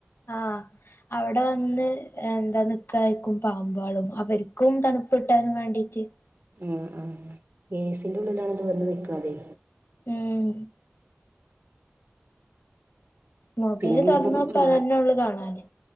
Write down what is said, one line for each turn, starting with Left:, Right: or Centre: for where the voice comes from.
Left: ആഹ് അവിടെ വന്ന് എന്താ നിക്കായിരിക്കും പാമ്പാളും അവർക്കും തണു പ്പ്ട്ടനും വേണ്ടിട്ട്
Right: ഉം ഉം ഏ സി ന്റെ ഉള്ളിലാണ ഇത് വന്ന് നിക്കണതെ.
Left: ഉം മൊബൈല്
Right: പിന്നെ ഇനിയിപ്പം
Left: തോറന്നപ്പ
Right: മ
Left: അതന്നെള്ളു കാണാന്.